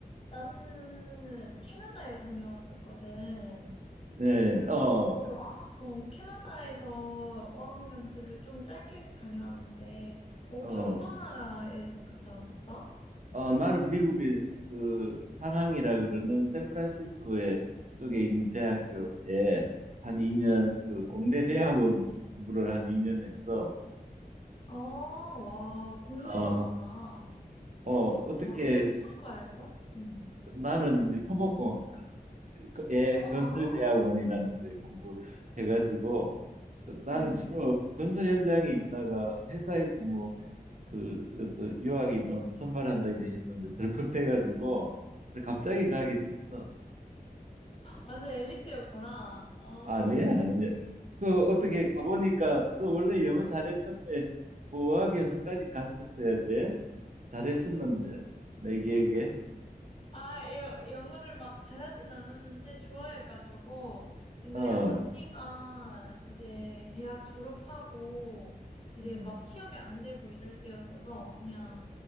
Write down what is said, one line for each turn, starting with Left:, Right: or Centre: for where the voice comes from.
Left: 나는 캐나다에 다녀왔었거든.
Right: 네, 어,
Left: 그, 어, 캐나다에서 어학연수를 좀 짧게 다녀왔는데, 어, 혹시
Right: 어.
Left: 어떤 나라에서 갔다 왔었어?
Right: 어, 나는 미국의 그 상황이라 그러는 샌프란시스코에 쪽에 있는 대학교에 한 2년 그 공대 대학원 공부를 한 2년 했어.
Left: 아, 와, 공대였구나.
Right: 어, 어,
Left: 아,
Right: 어떻게
Left: 와, 그럼 무슨 과였어? 응.
Right: 나는 이제 토목공학과 그- 예,
Left: 어,
Right: 건설대학원이라는
Left: 아,
Right: 데 공부해가지고 그- 나는
Left: 어. 어.
Right: 주로 건설 현장에 있다가 회사에서 뭐 그 어떤 유학 인원 선발한다 이래 했는데 덜컥 돼가지고 갑자기 가게 됐어.
Left: 완전 엘리트였구나. 아,
Right: 아니야, 아니야. 그 어떻게 가보니까 너 원래 영어 잘했는데 보호학 연수까지 갔었어야 돼. 잘했었는데 내 기억에.
Left: 아, 여- 영어를 막 잘하진 않았는데 좋아해가지고. 근데
Right: 어,
Left: 언니가 이제 대학 졸업하고 이제
Right: 음.
Left: 막 취업이 안 되고 이럴 때였어서 그냥